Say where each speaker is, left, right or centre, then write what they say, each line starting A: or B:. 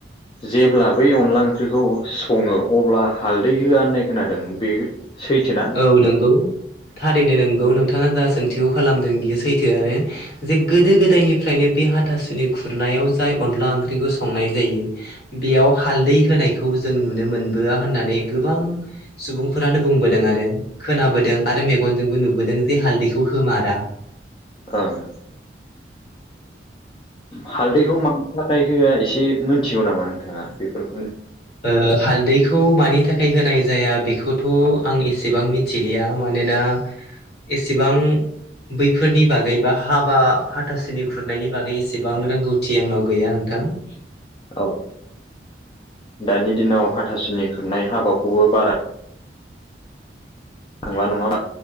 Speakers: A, on the left; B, on the left.
A: जेब्ला बै अनला ओंख्रिखौ सङो अब्ला हालदै होआ होननाय खोनादों बे सैथोना
B: औ नंगौ थारैनो नोंगौ नोंथाङा जा सों <unintelligible> खालामदों बियो सैथोआनो जे गोदो गोदायनिफ्रायनो बे हाथासुनि खुरनायाव अनला ओंख्रिखौ संनाय जायो बेयाव हालदै होनाय खौ जों नुनो मोनबोआ होननानै गोबां सुबुंफोरानो बुंबोदों आरो खोनाबोदों आरो मेगनजोंबो नुबोदों जे हालदैखौ होमारा
A: <unintelligible> ओं हालदैखौ मानो थाखाय होआ एसे मिथिगौ नामा नोंथाङा बेफोरखौ?
B: ओ हालदैखो खौ मानि थाखाय होनाय जाया बेखौथ' आं एसेबां मिथिलिया मानोना एसेबां बैफोरनि बागै बा हाबा हाथासुनि खुरनायनि बागै एसेबां रोंगौथि आंनाव गैया नोंथां <unintelligible>
A: औ दानि दिनाव हाथासिनि खुरनाय हाबाखौबो बारा <unintelligible>